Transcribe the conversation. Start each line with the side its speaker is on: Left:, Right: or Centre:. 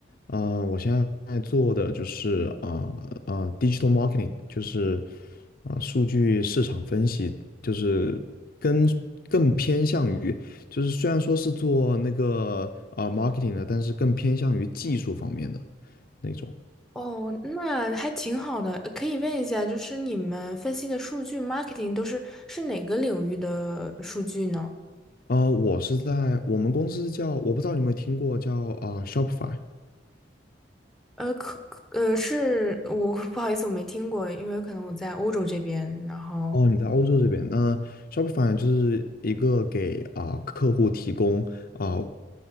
Left: 啊，我现在做的就是啊啊，digital marketing，就是啊数据市场分析，就是跟更偏向于，就是虽然说是做那个啊 marketing 的，但是更偏向于技术方面的那种。
Centre: 哦，那还挺好的。呃可以问一下，就是你们分析的数据 marketing 都是是哪个领域的数据呢？
Left: 呃，我是在我们公司叫，我不知道你有没有听过叫啊、呃 Shopify。
Centre: 呃，可可呃是我 <laughs> 不好意思，我没听过，因为可能我在欧洲这边，然后
Left: 哦，你在欧洲这边，那 Shopify 就是一个给啊、客户提供啊、